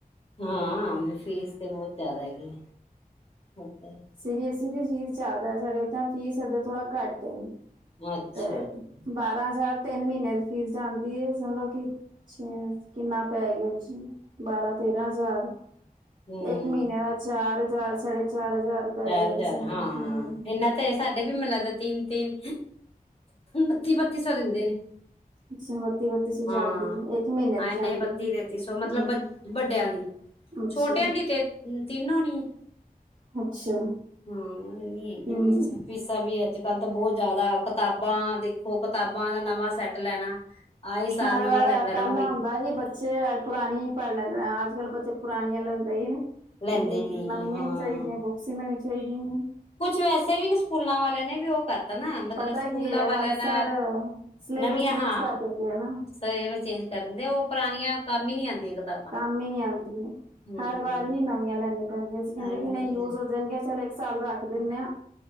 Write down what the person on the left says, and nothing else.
ਹਾਂ, ਫੀਸ ਤੇ ਬੌਤ ਜਾਅਦਾ ਹੈਗੀ ਏ, ਅੱਛਾ।
ਅੱਛਾ
ਹਮ
ਚਾਰ
ਹਜ਼ਾਰ
ਹਾਂ,
ਇਨਾ ਤੇ ਸਾਡੇ ਵੀ ਮੈਨੂੰ ਲੱਗਦਾ ਤਿੰਨ-ਤਿੰਨ, ਬੱਤੀ-ਬੱਤੀ ਸੌ ਦਿੰਦੇ ਨੇ।
ਹਾਂ,
ਹਾਂ
ਇਨੇ
ਈ ਬੱਤੀ
ਤੇਤੀ ਸੋ, ਮਤਲਬ
ਵੱਡਿਆਂ ਦੀ।
ਛੋਟੇਆਂ ਦੀ ਤੇ ਤਿੰਨ ਹੋਣੀ ਐ?
ਹਾਂ, ਇਨੀ ਹੈਗੀ
ਆ ਫੀਸਾਂ। ਫੀਸਾਂ ਵੀ ਅੱਜ ਕੱਲ ਤਾਂ ਬੌਹਤ ਜ਼ਆਦਾ, ਕਿਤਾਬਾਂ ਦੇਖੋ, ਕਿਤਾਬਾਂ ਦਾ ਨਵਾਂ ਸੈੱਟ ਲੈਣਾ ਆਏ ਸਾਲ
ਨਵਾਂ
ਸੈੱਟ ਲੈਣਾ
ਉਹ ਵੀ
ਲੈਂਦੇ
ਨੀ
ਹਾਂ
ਕੁਛ ਵੈਸੇ ਵੀ ਨ, ਸਕੂਲਾਂ ਵਾਲੇ ਨੇ ਵੀ ਉਹ ਕਰ ਪਤਾ ਨਾ, ਮਤਲਬ
ਸਕੂਲਾਂ
ਵਾਲਿਆਂ
ਨਾ,
ਨਵੀਆਂ
ਹਾਂ।
ਇਹ ਚੇਂਜ ਕਰ ਦੇ, ਉਹ ਪੁਰਾਣੀਆਂ ਕੰਮ ਈ ਨਈ ਆਂਦੀਆਂ ਕਿਤਾਬਾਂ।
ਹਮ
ਹਰ
ਵਾਰ
ਨਵੀਆਂ